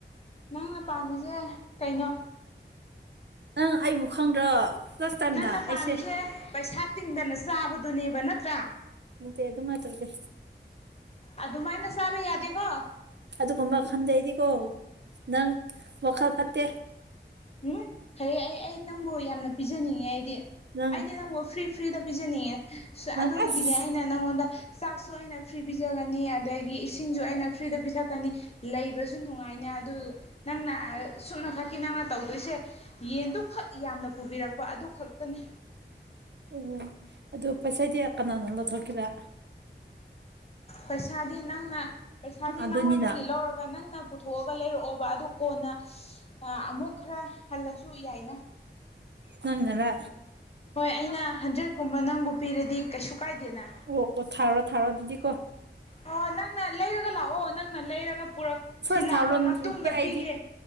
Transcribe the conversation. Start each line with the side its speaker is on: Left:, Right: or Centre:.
Left: ꯅꯪꯅ ꯄꯥꯝꯃꯤꯁꯦ ꯀꯩꯅꯣ
Right: ꯅꯪ ꯑꯩꯕꯨ ꯈꯪꯗ꯭ꯔꯣ ꯂꯥꯁ ꯇꯥꯏꯝꯅ
Left: ꯅꯪꯅ ꯄꯥꯝꯃꯤꯁꯦ
Right: ꯑꯩꯁꯦ
Left: ꯄꯩꯁꯥ ꯇꯤꯡꯗꯅ ꯆꯥꯕꯗꯨꯅꯦꯕ ꯅꯠꯇ꯭ꯔꯥ
Right: ꯅꯠꯇꯦ ꯑꯗꯨ ꯃꯥꯏ ꯇꯎꯗꯦ
Left: ꯑꯗꯨꯃꯥꯏꯅ ꯆꯥꯕ ꯌꯥꯗꯦꯀꯣ
Right: ꯑꯗꯨꯒꯨꯝꯕ ꯈꯟꯗꯦꯑꯩꯗꯤꯀꯣ ꯅꯪ ꯋꯥꯈꯜ ꯐꯠꯇꯦ
Left: ꯎꯝ ꯐꯩꯌꯦ ꯑꯩ ꯑꯩ ꯅꯪꯕꯨ ꯌꯥꯝꯅ ꯄꯤꯖꯅꯤꯡꯉꯦ ꯑꯩꯗꯤ
Right: ꯅꯪ
Left: ꯑꯩꯗꯤ ꯅꯪꯕꯨ ꯐ꯭ꯔꯤ ꯐ꯭ꯔꯤꯗ ꯄꯤꯖꯅꯤꯡꯉꯦ
Right: ꯅꯪ
Left: ꯑꯗꯨꯒꯤꯅꯦ
Right: ꯑꯁ
Left: ꯑꯩꯅ ꯅꯪꯉꯣꯟꯗ ꯆꯥꯛꯁꯨ ꯑꯩꯅ ꯐ꯭ꯔꯤ ꯄꯤꯖꯒꯅꯤ ꯑꯗꯒꯤ ꯏꯁꯤꯡꯁꯨ ꯑꯩꯅ ꯐ꯭ꯔꯤꯗ ꯄꯤꯊꯛꯀꯅꯤ ꯂꯩꯕꯁꯨ ꯅꯨꯡꯉꯥꯏꯅꯦ ꯑꯗꯨ ꯅꯪꯅ ꯁꯨꯞꯅ ꯈꯛꯀꯤ ꯅꯪꯅ ꯇꯧꯗꯣꯏꯁꯦ ꯌꯦꯟꯗꯨꯈꯛ ꯌꯥꯝꯅ ꯄꯨꯕꯤꯔꯛꯄ ꯑꯗꯨ ꯈꯛꯇꯅꯤ
Right: ꯑꯣ ꯑꯗꯨ ꯄꯣꯠꯆꯩꯗꯤ ꯀꯅꯅꯥ ꯂꯧꯊꯣꯛꯀꯦꯔꯥ
Left: ꯄꯩꯁꯥꯗꯤ ꯅꯪꯅ ꯄꯩꯁꯥꯗꯤ
Right: ꯑꯗꯨꯅꯤꯅ
Left: ꯅꯪꯉꯣꯟꯗꯒꯤ ꯂꯧꯔꯒ ꯅꯪꯅ ꯄꯨꯊꯣꯛꯑꯒ ꯂꯩꯔꯛꯑꯣꯕ ꯑꯗꯨ ꯀꯣꯟꯅ ꯑꯃꯨꯛ ꯈꯔ ꯍꯜꯂꯁꯨ ꯌꯥꯏꯅ
Right: ꯅꯪꯅꯔ
Left: ꯍꯣꯏ ꯑꯩꯅ ꯍꯟꯗ꯭ꯔꯦꯠꯀꯨꯝꯕ ꯅꯪꯕꯨ ꯄꯤꯔꯗꯤ ꯀꯩꯁꯨ ꯀꯥꯏꯗꯦꯅ
Right: ꯑꯣ ꯑꯣ ꯊꯥꯥꯎꯔꯣ ꯊꯥꯥꯎꯔꯣ ꯑꯗꯨꯗꯤ ꯀꯣ
Left: ꯑꯣ ꯅꯪꯅ ꯂꯩꯔꯒ ꯂꯥꯛꯑꯣ ꯅꯪꯅ ꯂꯩꯔꯒ ꯄꯨꯔꯛ
Right: ꯐꯥꯔꯁ
Left: ꯊꯤꯜꯂꯛꯑꯕ
Right: ꯊꯥꯔꯨꯔꯣ ꯅꯠꯇ꯭ꯔꯗꯤ
Left: ꯃꯇꯨꯡꯗ ꯄꯤꯒꯦ
Right: ꯑꯩꯗꯤ